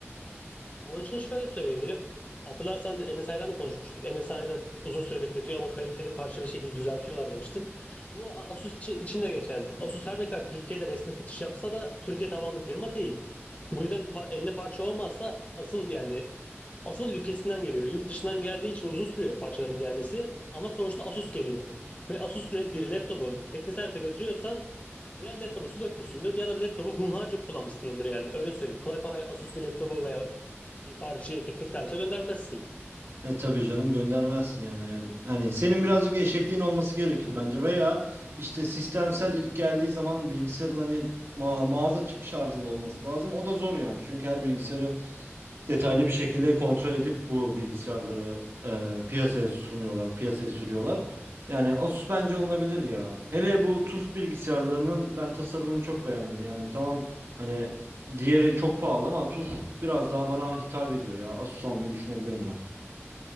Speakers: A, on the left; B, on the right.
A: Onun için şöyle söyleyebilirim. Hatırlarsan MSI'dan da konuşmuştuk. MSI'da uzun süre bekletiyor ama kaliteli parça bir şekilde düzeltiyorlar demiştim. Bu Asus içi- için de geçerli. Asus her ne kadar Türkiye'de resmi satış yapsa da Türkiye tabanlı firma değil. Bu yüzden pa- eline parça olmazsa asıl yani asıl ülkesinden geliyor. Yurt dışından geldiği için uzun sürüyor parçaların gelmesi. Ama sonuçta Asus geliyor. Ve Asus ile bir laptopu teknik servise götürüyorsan ya laptopu su dökmüşsündür ya da laptopu hunharca kullanmışsın yanındır yani. Öyle söyleyeyim. Kolay kolay Asus bir laptopu veya bir parçayı tek tek servise göndermezsin.
B: E tabii canım göndermezsin yani. Hani senin birazcık eşekliğin olması gerekir bence veya işte sistemsel ilk geldiği zaman bilgisayarın hani ma- mağaza çıkışı arızalı olması lazım. O da zor yani. Çünkü her bilgisayarı detaylı bir şekilde kontrol edip bu bilgisayarları e, piyasaya sunuyorlar, piyasaya sürüyorlar. Yani Asus bence alınabilir ya. Hele bu TUF bilgisayarlarının ben tasarımını çok beğendim. Yani tamam hani diğeri çok pahalı ama TUF biraz daha bana hitap ediyor ya. Asus almayı düşünebilirim ben.